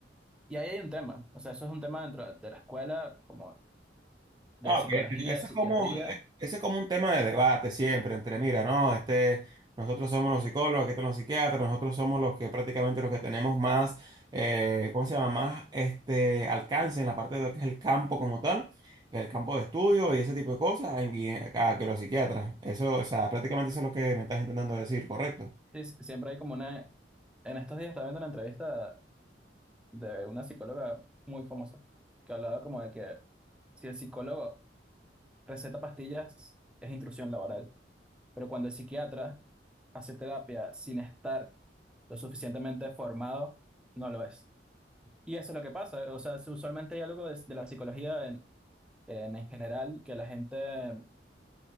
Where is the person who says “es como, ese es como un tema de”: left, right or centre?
Right